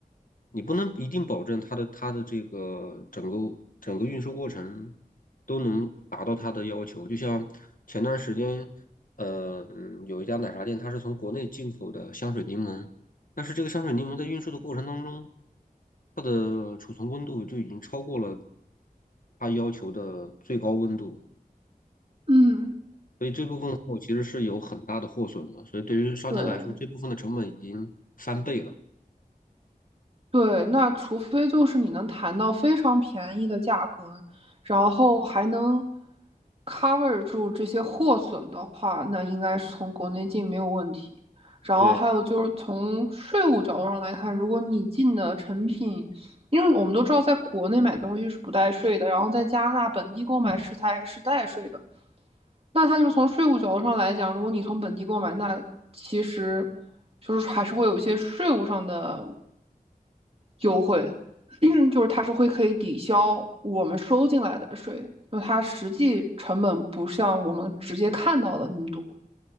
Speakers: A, on the left; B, on the right.
A: 你不能一定保证它的它的这个整个整个运输过程都能达到它的要求。就像前段时间，呃，嗯有一家奶茶店，它是从国内进口的香水柠檬，但是这个香水柠檬在运输的过程当中，它的储存温度就已经超过了它要求的最高温度，
B: 嗯，
A: 所以这部分货其实是有很大的货损的。所以对于商家来说，
B: 对。
A: 这部分的成本已经翻倍了。
B: 对，那除非就是你能谈到非常便宜的价格，然后还能 cover 住这些货损的话，那应该是从国内进没有问题。然后还有就是从税务角度上来看，
A: 对
B: 如果你进的成品，因为我们都知道在国内买东西是不带税的，然后在加拿大本地购买食材是带税的。那它就是从税务角度上来讲，如果你从本地购买，那其实就是还是会有一些税务上的优惠，<clears throat> 就是它是会可以抵消我们收进来的税，就它实际成本不像我们直接看到的那么多。